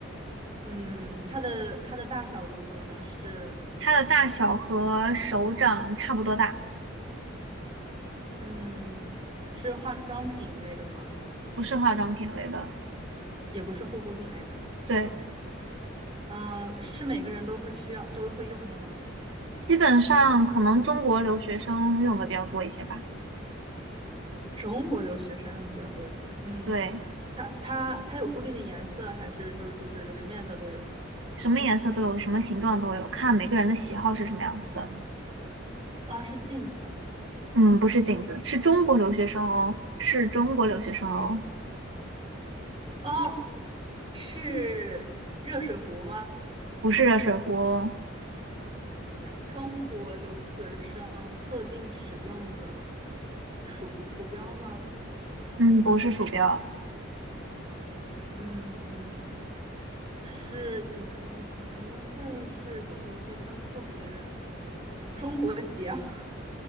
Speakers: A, on the right; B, on the right.
A: 嗯，它的它的大小如何呢？是。
B: 它的大小和手掌差不多大，
A: 嗯，是化妆品一类的吗？
B: 不是化妆品类的。
A: 也不是护肤品类的。
B: 对，
A: 嗯，是每个人都会需要都会用的吗？
B: 基本上可能中国留学生用的比较多一些吧。
A: 中国留学生用的比较多一些。嗯，
B: 对，
A: 它它它有固定的颜色，还是就是就是有什么颜色都有？
B: 什么颜色都有，什么形状都有，看每个人的喜好是什么样子的。
A: 啊，是镜子吗？
B: 嗯，不是镜子，是中国留学生哦，是中国留学生哦，
A: 哦，是热水壶吗？
B: 不是热水壶哦。
A: 中国留学生特定使用的鼠鼠标吗？
B: 嗯，不是鼠标，
A: 嗯，是有什么有什么会是中国留学生特别有中国结？<laughs>